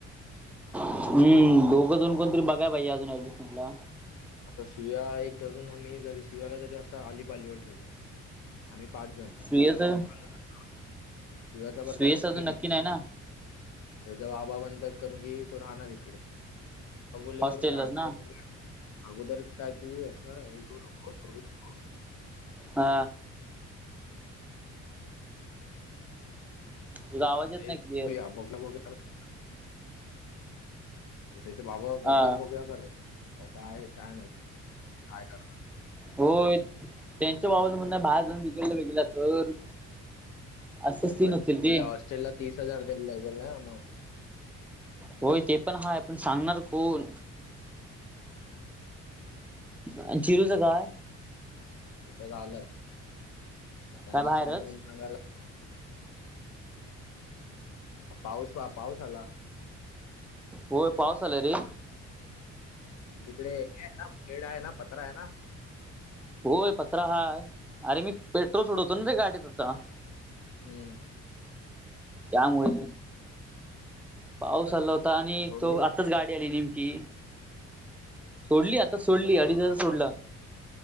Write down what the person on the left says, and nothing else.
आता सुव्या एक धरून आम्ही जरी सुव्याला जरी असं आलीपालीवर ठेवलंय आम्ही पाच जण
सीव्याला <unintelligible> सीव्याच बर
का नक्की
नाही.
त्याच्चे बाबा म्हणतात करू की, तो राहणार इकडे बोलणे
करू घ्या अगोदर
अगोदर काय तू असं हे घेऊ नको सोडू नको.
ते
तू
या. <unintelligible> तेचे बाबा बघुया,
बघुया करतात आता काय, काय माहीत, काय करतात.
अरे
बट
तिकडे
हॉस्टेलला तीस हजार द्यायला लागेल ना म.
तेच झालं. त्यांना
समजून सांगायला पाऊस पा पाऊस आला.
तिकडे हे शेड आहे ना. पत्राय ना.
हम्म.
मग सोडलीस
कसली